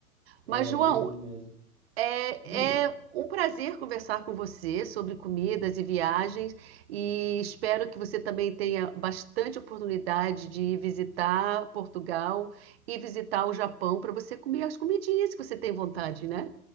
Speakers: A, on the right; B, on the right.
A: é
B: Mas, João,
A: meio ruim mesmo.
B: é,
A: Hum,
B: é um prazer conversar com você sobre comidas e viagens e espero que você também tenha bastante oportunidade de visitar Portugal e visitar o Japão para você comer as comidinhas que você tem vontade, né?